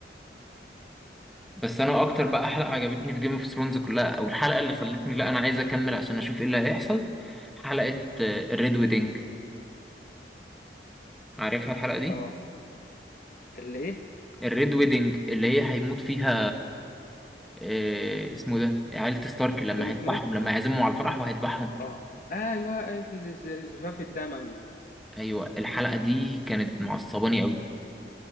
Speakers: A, in the centre; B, on the left (about 45°).
A: بس انا اكتر بقى حلقه عجبتني في جيم اوف ثرونز كلها او الحلقه اللي خلتني لا انا عايز اكمل عشان اشوف ايه اللي هيحصل حلقه الريد ويدنج عارفها الحلقه دي
B: اه اللي ايه
A: الريد ويدنج اللي هي هيموت فيها آه، اسمه ده عيلة ستارك لما
B: جون
A: هيذبحهم
B: سنو
A: لما هيعزمهم على الفرح وهيذبحهم
B: اه ايوه الز- الزفاف الدموي
A: ايوه الحلقه دي كانت معصباني قوي